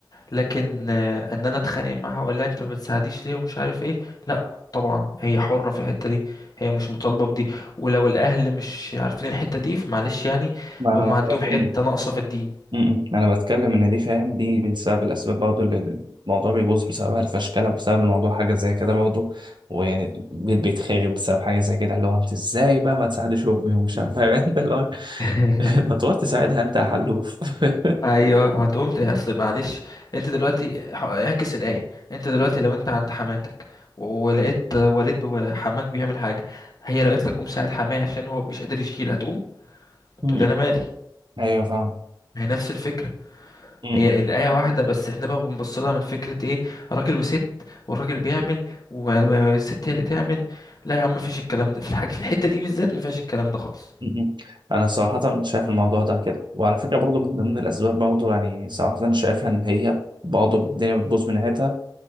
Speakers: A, on the left; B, on the right.
A: لكن آه، ان انا اتخانق معاها اقول لها انت ما بتساعديش ليه ومش عارف ايه لا طبعا هي حرة في الحتة دي هي مش مطالبة بدي ولو الاهل مش عارفين الحتة دي فمعلش يعني
B: ما انا
A: يبقى
B: بتكلم
A: عندهم حتة ناقصة في الدين
B: م-م. انا بتكلم ان دي فاهم دي من سبب الاسباب برضه اللي الموضوع بيبوظ بسببها الفشكله بسبب الموضوع حاجه زي كده برضه ويعني البيت بيتخرب بسبب حاجه زي كده اللي هو انت ازاي بقى ما تساعدش امي ومش عارف إيه، فاهم <laughs> انت اللي هو
A: <laughs>
B: <laughs> ما تروح تساعدها انت يا حلوف <laughs>
A: ايوه ما تقوم ت- اصل معلش انت دلوقتي ح- اعكس الايه انت دلوقتي لو انت عند حماتك ولقيت والد وحماك بيعمل حاجه هي لو قالت لك قوم ساعد حماي عشان هو مش قادر يشيل هتقوم
B: م-م.
A: تقول لي انا مالي
B: ايوه فاهم
A: ما هي نفس الفكره
B: م-م.
A: هي الآية واحدة بس احنا بقى بنبص لها من فكرة ايه راجل وست والراجل بيعمل وما- والست هي اللي تعمل لا يا عم مفيش الكلام ده في الحاجة في الحتة دي بالذات مفيهاش الكلام ده خالص
B: م-م. انا صراحه شايف الموضوع ده كده وعلى فكره برضه من ضمن الاسباب برضه يعني صراحه شايفها ان هي برضه الدنيا بتبوظ من ناحيتها